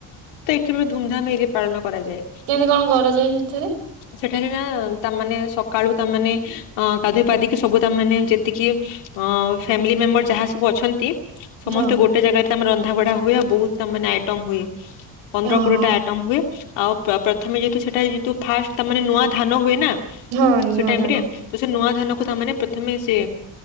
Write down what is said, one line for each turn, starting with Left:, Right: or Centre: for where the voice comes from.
Left: କେବେ ଧୁମଧାମ୍ ରେ ପାଳନ କରାଯାଏ
Right: କେମିତି କଣ କର ଯାଏ ସେଥିରେ?
Left: ସେଠାରେ ନା ତାମାନେ ସକାଳୁ ତାମାନେେ ସବୁ ଗାଧେଇପାଧେଇ କି ତାମାନେ ଯେତିକି ଅ ଫାମିଲି ମେମ୍ବର ଯାହା ସବୁ ଅଛନ୍ତି ସମସ୍ତେ
Right: ହଁ।
Left: ଗୋଟେ ଜାଗାରେ ଆମର ତ ରନ୍ଧାବଢ଼ା ହୁଏ ଆଉ ବହୁତ ମାନେ ଆଇଟମ ହୁଏ ପନ୍ଦର
Right: ଓହୋ
Left: କୋଡିଏ ଟା ଆଇଟମ ହୁଏ ଆଉ ପ୍ରଥମେ ଯେହେତୁ ସେଟା ଯେତୁ ଫାଷ୍ଟ ତାେ ନୂଆ ଧାନ ହୁଏ ନା
Right: ହଁ ନୂଆ
Left: ସେ ଟାଇମ
Right: ଧାନ
Left: ରେ ତ ସେ ନୂଆ ଧାନ ପ୍ରଥମେ ସେ